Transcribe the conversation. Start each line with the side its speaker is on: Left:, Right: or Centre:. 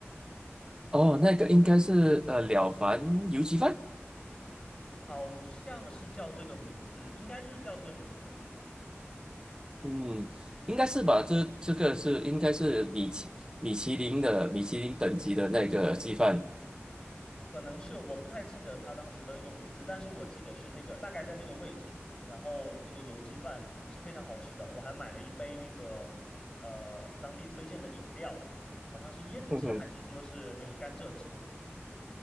Right: 哦，那个应该是呃了凡油鸡饭，
Left: 好像是叫这个名字，应该就是叫这个名字。
Right: 嗯，应该是吧？这这个是应该是米其米其林的米其林等级的那个鸡饭。
Left: 可能是我不太记得他当时的那个名字，但是我记得是那个大概在那个位置，然后那个油鸡饭是非常好吃的，我还买了一杯那个呃当地推荐的饮料，好像是椰子汁还是说是那个甘蔗汁，
Right: 嗯哼，